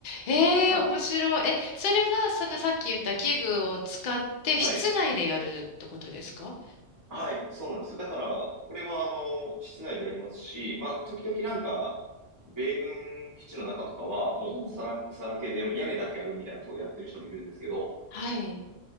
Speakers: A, on the left; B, on the right.
A: えー、
B: はい、
A: 面白い。え、それは、そのさっき言った器具を使って室内でやるってことですか
B: はい、はい、そうなんですよ。だから、これは、あの、室内でやりますし、まあ、時々なんか、米軍基地の中とかは、もう、
A: うん。
B: さら、さらけで、屋根だけあるみたいなところでやってる人もいるんですけど、
A: はい。